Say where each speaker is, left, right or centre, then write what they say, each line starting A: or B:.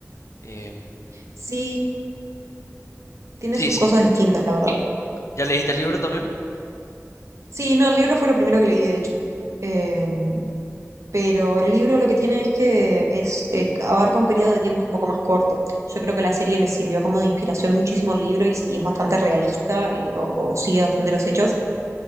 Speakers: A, on the left (about 65°); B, on the right (about 65°).
A: Em,
B: Sí, tiene
A: sí,
B: sus
A: sí,
B: cosas distintas, la verdad.
A: ¿ya leíste el libro también?
B: Sí, no, el libro fue lo primero que leí, de hecho. Eh, pero el libro lo que tiene es que es, eh, abarca un periodo de tiempo un poco más corto. Yo creo que la serie le sirvió como de inspiración muchísimo al libro y, y es bastante realista eh, o, o sigue bastante los hechos.